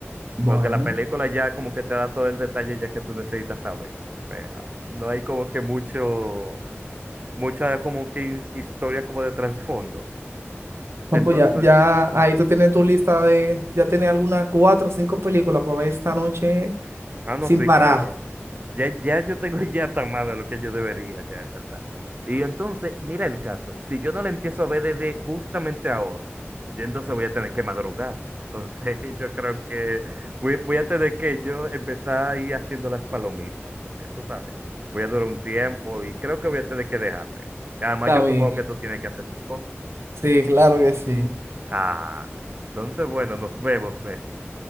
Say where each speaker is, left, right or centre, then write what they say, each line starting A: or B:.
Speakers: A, on the right; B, on the right.
A: Bueno.
B: Porque la película ya como que te da todo el detalle ya que tú necesitas saber. O sea, no hay como que mucho, mucha como que his- historia como de trasfondo.
A: No,
B: Entonces,
A: pues ya, ya ahí tú tienes tu lista de, ya tienes algunas cuatro o cinco películas para ver esta noche
B: Ah, no,
A: sin
B: sí,
A: parar.
B: claro. Ya, ya yo tengo <laughs> ya hasta más de lo que yo debería, ya, es verdad. Y entonces, mira el caso. Si yo no la empiezo a ver desde justamente ahora, yo entonces voy a tener que madrugar. Entonces, <laughs> yo creo que voy, voy a tener que yo empezar a ir haciendo las palomitas, porque tú sabes, voy a durar un tiempo y creo que voy a tener que dejarte. Y además,
A: Está
B: yo supongo
A: bien.
B: que tú tienes que hacer tus cosas.
A: Sí, claro que sí.
B: Ah, entonces, bueno, nos vemos, Messi.